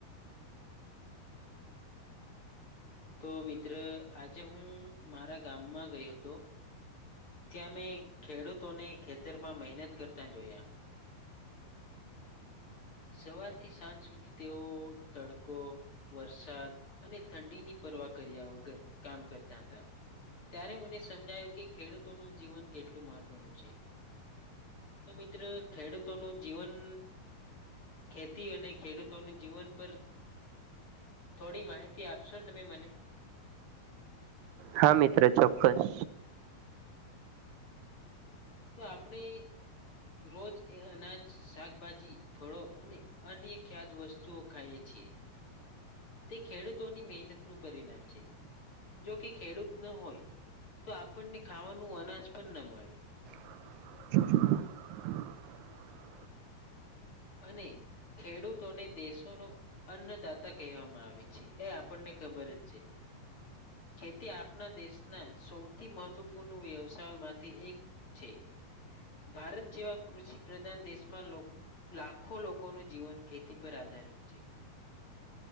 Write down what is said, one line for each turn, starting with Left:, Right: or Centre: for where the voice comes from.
Left: તો મિત્ર આજે હું મારા ગામમાં ગયો હતો ત્યાં મેં ખેડૂતોને ખેતરમાં મહેનત કરતા જોયા. સવારથી સાંજ સુધી તેઓ તડકો, વરસાદ અને ઠંડીની પરવા કર્યા વગર કામ કરતા હતા. ત્યારે મને સમજાયું કે ખેડૂતોનું જીવન કેટલું મહત્વનું છે. તો મિત્ર ખેડૂતોનું જીવન ખેતી અને ખેડૂતોનું જીવન પર થોડી માહિતી આપશો તમે મને
Right: હા મિત્ર ચોક્કસ.
Left: તો આપણી રોજ એ અનાજ, શાકભાજી, ફળો અને અન્ય ખ્યાદ વસ્તુઓ ખાયે છે. છે. તે ખેડૂતોની મહેનતનું પરિણામ છે. જોકે ખેડૂત ન હોય તો આપણને ખાવાનું અનાજ પણ ન મળે.
Right: <inaudible>
Left: અને ખેડૂતોને દેશો નો અન્નદાતા કહેવામાં આવે છે. એ આપણને ખબર જ છે. ખેતી આપણા દેશના સૌથી મહત્વપૂર્ણ વ્યવસાયમાંથી એક છે ભારત જેવા કૃષિ પ્રધાન દેશમાં લોકો લાખો લોકોનું જીવન ખેતી પર આધારિત છે.